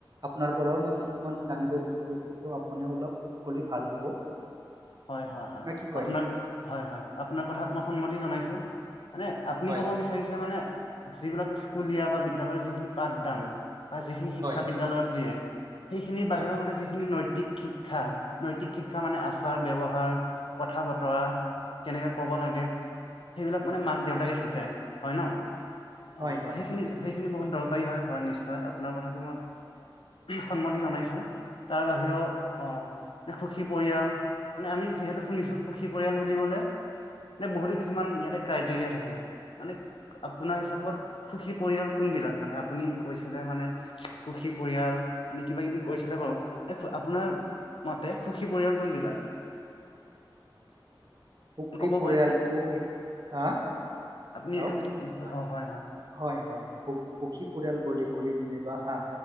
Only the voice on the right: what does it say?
আপোনাৰ পৰাও মই কিছু মান জানিব বিচাৰিছোঁ, ত' আপুনিও অলপ ক'লে ভাল হ'ব
না কি কয়
হয়
হয়
হয়
হয়
হয়
হয় হয়
সুখী
পৰিয়ালটো
<unintelligible> আ
চাওঁক
ম-হয়,
হয়, সু-সুখী পৰিয়াল বুলি ক'লেই যেনিবা হা,